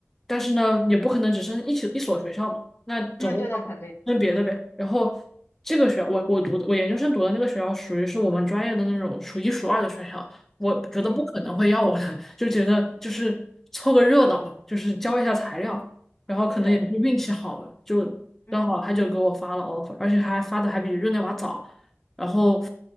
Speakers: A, in the centre; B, on the left.
A: 但是呢，也不可能只剩一起一所学校嘛，那总共要分别的呗。
B: 那对，那肯定，
A: 然后这个学校，我我读的我研究生读的那个学校，属于是我们专业的那种数一数二的学校，我觉得不可能会要我的，
B: 嗯
A: <laughs> 就觉得就是凑个热闹嘛，就是交一下材料，
B: 嗯，
A: 然后可能也是运气好吧，
B: 对，
A: 就刚好他就给我发了
B: 嗯
A: offer，而且还发的还比日内瓦早，然后